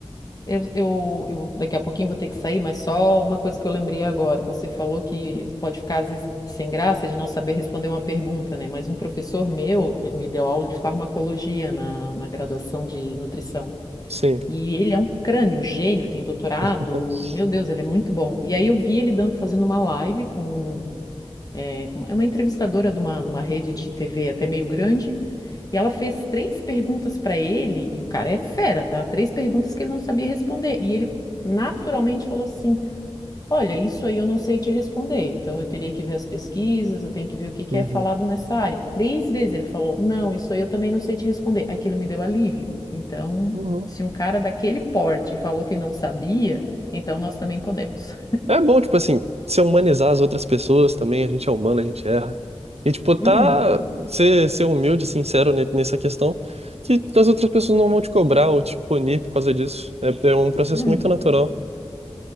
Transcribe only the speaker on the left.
Eu, eu, eu daqui a pouquinho vou ter que sair, mas só uma coisa que eu lembrei agora. Você falou que pode ficar às vezes sem graça de não saber responder uma pergunta, né? Mas um professor meu, ele me deu aula de farmacologia na, na graduação de nutrição.
E ele é um crânio, gênio, tem doutorado.
Meu Deus, ele é muito bom. E aí eu vi ele dando, fazendo uma live com é, é uma entrevistadora de uma, de uma rede de TV até meio grande, e ela fez três perguntas para ele, e o cara é fera, tá? Três perguntas que ele não sabia responder, e ele naturalmente falou assim: Olha, isso aí eu não sei te responder, então eu teria que ver as pesquisas, eu tenho que ver o que que
é falado nessa área. Três vezes ele falou: Não, isso aí eu também não sei te responder. Aquilo me deu alívio. Então,
se um cara daquele porte falou que não sabia, então nós também podemos.
Uhum,
uhum,